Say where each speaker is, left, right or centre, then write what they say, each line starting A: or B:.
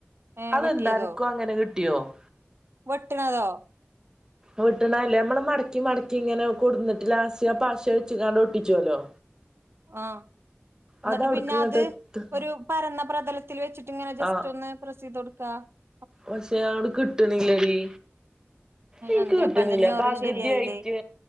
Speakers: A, on the right; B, on the right.
A: ഏ
B: അതെന്താ
A: വെട്ടിയതോ
B: നിക്കോ അങ്ങനെ കിട്ട <unintelligible>
A: വെട്ടണതോ
B: വെട്ടണ അല്ലനമ്മള് മടക്കി മടക്കി ഇങ്ങനെ കൊടന്നിട്ട് ലാസ്റ്റ് പശ വെച്ച കാണ്ട് ഒട്ടിച്ചുവല്ലോ
A: ആ എന്നിട്ട്
B: അത് അവിടക്ക്
A: പിന്നെ
B: ഇങ്ങട്ട്
A: അത്
B: എത്ത
A: ഒരു പറന്ന- പ്രതലത്തിൽ വെച്ചിട്ട് ഇങ്ങനെ ജസ്റ്റ്
B: ആ
A: ഒന്ന് പ്രസ് ചെയ്തു കൊടു ആ
B: പക്ഷെ അടെ കിട്ടണില്ലടിീ എനിക്ക്
A: എന്ത്
B: കിട്ടണില്ല
A: അപ്പ എന്റെ ഞൊറി
B: പകുതിയായിട്ട്
A: ശരിയായില്ലേ